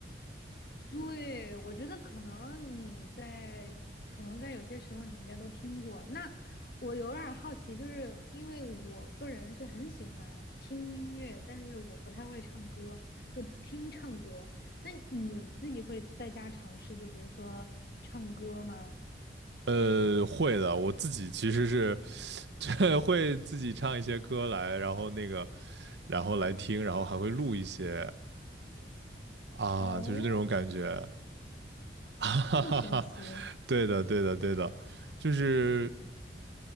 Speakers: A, on the left; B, on the right.
A: 对，我觉得可能你在，可能在有些时候你应该都听过。那我有点儿好奇，就是因为我个人是很喜欢听音乐，但是我不太会唱歌，就听唱歌。那你自己会在家尝试，就比如说唱歌吗？
B: 呃，会的，我自己其实是 <laughs> 会自己唱一些歌来，然后那个，然后来听，然后还会录一些啊，
A: 哦，
B: 就是那种感觉，<laughs> 哈哈哈哈，
A: 这么神奇。
B: 对的，对的，对的，就是